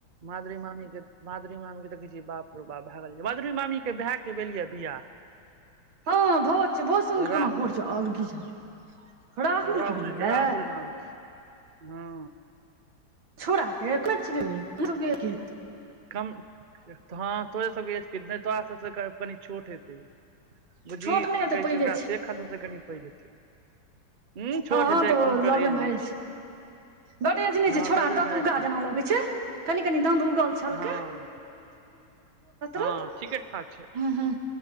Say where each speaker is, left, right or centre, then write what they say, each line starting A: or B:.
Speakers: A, on the right (about 50°); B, on the right (about 85°).
A: मादुरी मामी के मादुरी मामी के देखै छियै बाप रू बाप भए गेल मधुरी मामी के भए भेलिय बिआह
B: हँ भोज छै भोज संगे
A: राहुल
B: केना कोढ़ छौ अलगी जेना
A: राहुल
B: के भेलियै
A: राहुल नाम छै हँ
B: छोड़ा के क्लर्क छले ओ उम्रो छलै
A: कम हँ तोेरे सबके एज के नहि तोरा सबसँ कनि छोट हेतै
B: छोट
A: बुझी
B: नहि हेतै
A: कहै
B: पैघे
A: छै ओकरा शेखर सबसँ से कनि पैघ हेतै हूं छोट
B: हँ
A: हेतै
B: त
A: कोनो ओकर
B: लवहे
A: एज
B: मैरज
A: नहि
B: छै बड एज नहि
A: हँ
B: छै छौड़ा
A: लवे
B: दंत
A: मैरेज
B: उगा
A: केलखिन
B: जेना लगैत छै कनी कनी दाँत उगल छल
A: हँ हँ
B: रत
A: ठीके ठाक छै
B: हूँ हूँ